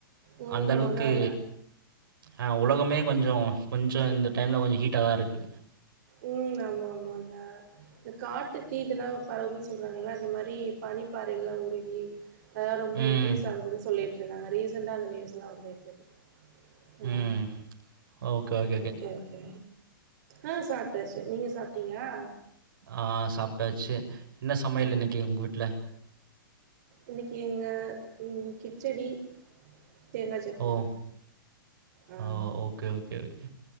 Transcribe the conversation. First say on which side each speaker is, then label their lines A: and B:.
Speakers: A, on the right (about 55°); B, on the right (about 75°).
A: ஓ
B: அந்த அளவுக்கு
A: அதா அதா
B: ஆ உலகமே கொஞ்சோ கொஞ்சோ இந்த டைம்ல கொஞ்சோ ஹீட்டா தா இருக்கு
A: ம் ஆமா ஆமாங்க இந்த காட்டு தீ இதெல்லா பரவுதுன்னு சொல்றாங்கல்ல அது மாரி பனிப்பாறைகள்ல்லா உருகி அதா ரொம்ப
B: ம்.
A: இன்க்ரீஸ் ஆகுதுன்னு சொல்லிட்டு இருந்தாங்க ரீசன்டா அந்த நியூஸ் எல்லா வந்துகிட்டு இருக்கு ஆ
B: ம் ஓகே ஓகே
A: ஓகே ஓகே ஆ சாப்ட்டாச்சு நீங்க சாப்ட்டீங்களா
B: ஆ சாப்ட்டாச்சு என்ன சமையல்
A: ஆ
B: இன்னக்கி உங்க வீட்ல
A: இன்னக்கி எங்க ம் கிச்சடி தேங்கா சட்னி
B: ஓ!
A: ஆ
B: ஓ! ஓகே ஓகே ஓகே